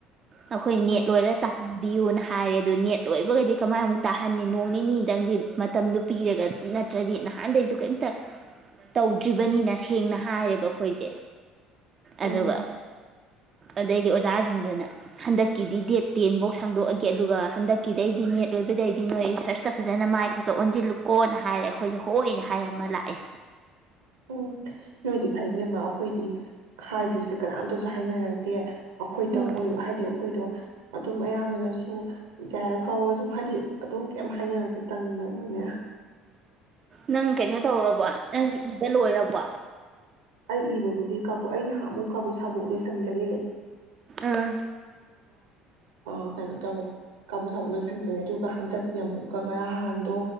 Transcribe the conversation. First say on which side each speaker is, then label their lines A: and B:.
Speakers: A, on the right (about 40°); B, on the right (about 80°).
A: ꯑꯩꯈꯣꯏ
B: ꯎꯝ
A: ꯅꯦꯠ ꯂꯣꯏꯔ ꯇꯥꯍꯟꯕꯤꯌꯨꯅ ꯍꯥꯏꯔꯦ ꯑꯗꯨ ꯅꯦꯠ ꯂꯣꯏꯕꯒꯗꯤ ꯀꯃꯥꯏꯃꯨꯛ ꯇꯥꯍꯟꯅꯤ ꯅꯣꯡ ꯅꯤꯅꯤꯗꯪꯗꯤ ꯃꯇꯝꯗꯨꯣ ꯄꯤꯔꯒ ꯅꯠꯇ꯭ꯔꯗꯤ ꯅꯍꯥꯟꯗꯩꯁꯨ ꯀꯔꯤꯝꯇ ꯇꯧꯗ꯭ꯔꯤꯕꯅꯤꯅ ꯁꯦꯡꯅ ꯍꯥꯏꯔꯦꯕ ꯑꯩꯈꯣꯏꯁꯦ
B: ꯎꯝ
A: ꯑꯗꯨꯒ ꯑꯗꯩꯗꯤ ꯑꯣꯖꯥꯁꯤꯡꯗꯨꯅ ꯍꯟꯗꯛꯀꯤꯗꯤ ꯗꯦꯠ ꯇꯦꯟꯐꯧ ꯁꯪꯗꯣꯛꯑꯒꯦ ꯑꯗꯨꯒ ꯍꯟꯗꯛꯀꯤꯗꯩꯗꯤ ꯅꯦꯠ ꯑꯣꯏꯕꯗꯩꯗꯤ ꯅꯣꯏ ꯔꯤꯁꯔꯁꯇ ꯐꯖꯅ ꯃꯥꯏ ꯈꯛꯇ ꯑꯣꯟꯁꯤꯜꯂꯨꯀꯣꯅ ꯍꯥꯏꯔꯦ ꯑꯩꯈꯣꯏꯁꯦ ꯍꯣꯏꯅ ꯍꯥꯏꯔꯃ ꯂꯥꯛꯑꯦ
B: ꯎꯝ ꯅꯣꯏꯗꯤ ꯐꯩꯕꯃ ꯑꯩꯈꯣꯏꯗꯤ ꯍꯥꯏꯗꯨꯁꯦ ꯀꯅꯥꯝꯇꯁꯨ ꯍꯥꯏꯅꯔꯛꯇꯦ ꯑꯩꯈꯣꯏꯗꯪ
A: ꯎꯝ
B: ꯑꯣꯏꯕ ꯍꯥꯏꯗꯤ ꯑꯩꯈꯣꯏꯗꯣ ꯑꯗꯨꯝ ꯑꯌꯥꯝꯕꯅꯁꯨ ꯌꯥꯏꯔ ꯐꯥꯎꯕ ꯁꯨꯝ ꯍꯥꯏꯗꯤ ꯑꯗꯨꯝ ꯀꯩꯝ ꯍꯥꯏꯅꯔꯗꯤ ꯇꯟ ꯗꯅꯥ ꯅ <inaudible> <unintelligible>
A: ꯅꯪ ꯀꯩꯅꯣ ꯇꯧꯔꯕ ꯅꯪ ꯏꯗ ꯂꯣꯏꯔꯕ ꯋꯥ
B: ꯑꯩ ꯏꯕꯕꯨꯗꯤꯕꯨ ꯑꯩ ꯅꯍꯃꯨꯛ ꯀꯥꯕꯨ ꯁꯥꯕꯣꯛ ꯂꯣꯏꯁꯟꯈꯔꯦ
A: ꯑꯥ
B: ꯑ ꯀꯩꯅꯣ ꯇꯧꯕꯣ ꯀꯥꯡꯕꯨ ꯁꯥꯕꯨ ꯂꯣꯏꯁꯤꯟꯈ꯭ꯔꯦ ꯑꯗꯨꯒ ꯍꯟꯗꯛꯀꯤ ꯑꯃꯨꯛꯀ ꯉꯔꯥꯡ ꯍꯥꯟꯗꯣ